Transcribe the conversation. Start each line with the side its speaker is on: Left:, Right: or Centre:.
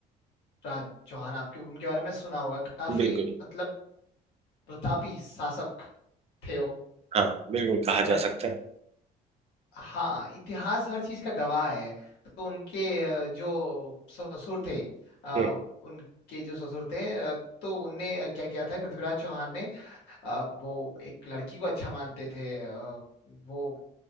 Left: राज चौहान आपके उनके बारे में सुना होगा काफी
Right: बिल्कुल
Left: मतलब प्रतापी शासक थे वो
Right: हाँ बिल्कुल कहा
Left: बट
Right: जा सकता है
Left: हाँ इतिहास हर चीज का गवाह है तो उनके अ, जो ससुर थे अ,
Right: हम्म
Left: उनके जो ससुर थे अ, तो उनने क्या किया था पृथ्वीराज चौहान ने अ, वो एक लड़की को अच्छा मानते थे अ, वो